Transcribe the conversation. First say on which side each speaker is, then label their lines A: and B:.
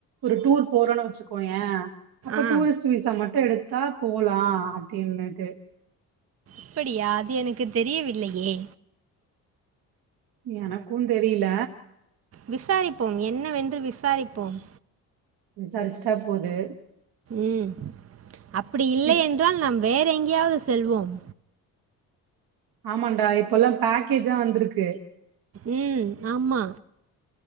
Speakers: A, on the right (about 60°); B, on the right (about 35°).
A: ஒரு டூர் போறோன்னு வெச்சுக்கோயே அப்போ
B: ஆ
A: டூரிஸ்ட் விசா மட் ட்டு எடுத்தா போலா அப்டின்னுட்டு
B: அப்படியா அது எனக்கு தெரியவில்லையே
A: எனக்குந் தெரில
B: விசாரிப்போம் என்னவென்று விசாரிப்போம்
A: விசாரிச்சுட்டா போது
B: ம் அப்படி இல்லை
A: இப்
B: என்றால் நாம் வேற எங்கயாவது செல்வோம்
A: ஆமாண்டா இப்பல்லா பேக்கேஜா வந்திருக்கு
B: ம் ஆமா